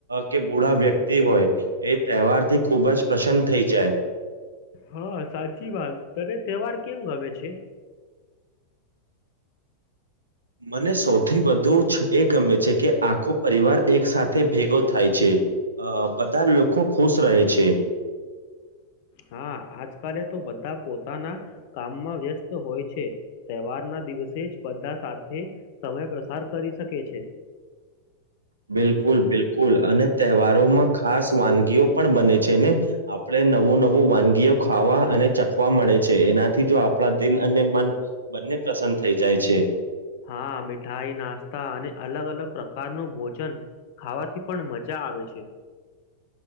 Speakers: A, on the right; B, on the left.
A: કે બુઢા વ્યક્ત તી હોય એ તહેવાર થી ખૂબ જ પ્રસન્ન થઈ જાય.
B: હા, સાચી વાત તને તહેવાર કેમ ગમે છે?
A: મને સૌથી વધુ એ ગમે છે કે આખો પરિવાર એક સાથે ભેગો થાય છે અ બધા જ લોકો ખુશ રહે છે
B: હા આજકાલે તો બધા પોતાના કામમાં વ્યસ્ત હોય છે તહેવારના દિવસે જ બધા સાથે સમય પ્રસાર કરી શકે છે
A: બિલકુલ બિલકુલ અને તહેવારો માં ખાસ વાનગીઓ પણ બને છે ને આપડે નવું નવું વાનગીયો ખાવા અને ચખવા મળે છે એનાથી જો આપણા દિલ અને મન બંને પ્રસન્ન થઈ જાય છે
B: હા મીઠાઈ નાસ્તા અને અલગ અલગ પ્રકાર નું ભોજન ન ખાવાથી પણ મજા આવે છે